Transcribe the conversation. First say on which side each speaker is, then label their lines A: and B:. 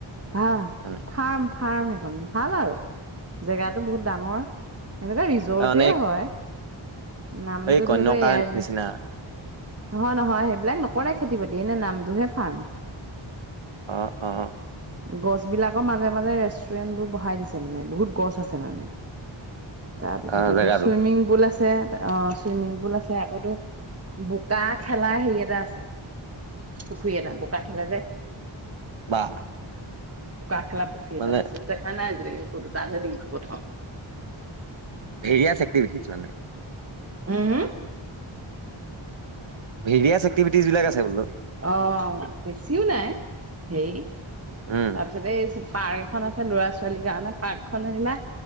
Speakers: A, on the right (about 30°); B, on the right (about 70°).
A: ভাহ
B: মানে
A: ফাৰ্ম ফাৰ্ম এ ভাল আৰু জেগাতো বহুত ডাঙৰ এনেকুৱা ৰিজৰ্টে
B: তাৰ মানে
A: হয়। নামটোৰ
B: এই কন্যকা
A: ধৰিল এ এৰ
B: নিচিনা
A: নহয় নহয় সেইবিলাক নকৰে খেতি বাতি এনে নামটোহে ফাৰ্ম।
B: অ অ
A: গছবিলাকৰ মাজে মাজে ৰেষ্টুৰেণ্ট বোৰ বঢ়াই দিছে মানে বহুত গছ আছে মানে। তাৰপিছতটো
B: অ জেগাটোত
A: চুইমিং পুল আছে। অ চুইমিং পুল আছে আকো বু গা খেলা হেৰি এটা আছে পুখুৰী এটা। বোকা খেলে যে
B: বা
A: বোকা খেলা পুখুৰী এটা
B: মানে
A: আছে সেইটো দেখা নাই আজিলৈকে ক'তো তাতহে দেখিছো প্ৰথম।
B: ভেৰিয়াছ একটিভেটিছ মানে
A: হেঁ হেঁ
B: ভিৰিয়াছ এক্টিভিটিচ্‌ বিলাক আছে বোলো।
A: অঁ, বেছিও নাই, হেৰি
B: উম
A: তাৰপিছতে চুপাৰ খন আছে ল'ৰা- ছোৱালীৰ কাৰণে, পাৰ্কখন যেনেবা